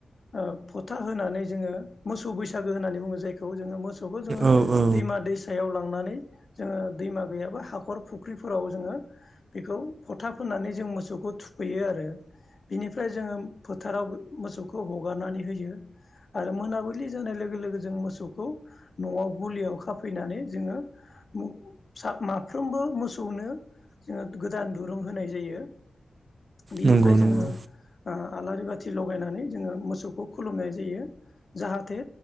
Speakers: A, on the left; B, on the right.
A: ओ फोथा होनानै जोङो मोसौ बैसा गो होननानै बुङो जायखौ जोङो मो मोसौखौ जोङो
B: औ औ
A: दैमा दैसायाव लांनानै जोङो दैमा गैयाबा हाखर फुख्रिफोराव जोङो बेखौ फथा फोननानै जों मोसौखौ थुखैयो आरो बिनिफ्राय जोङो फोथाराव मोसौखौ हगारनानै होयो आरो मोनाबिलि जानाय लो गो लोगो जों मोसौखौ न'आव गलियाव खाफैनानै जोङो मो माफ्रोमबो मोसौनो जोङो गोदान दुरुं होनाय जायो। बिनिफ्राय
B: नंगौ
A: जोङो
B: नंगौ
A: ओ आलारि बाथि लगायनानै जोङो मोसौखौ खुलुमनाय जायो जाहाथे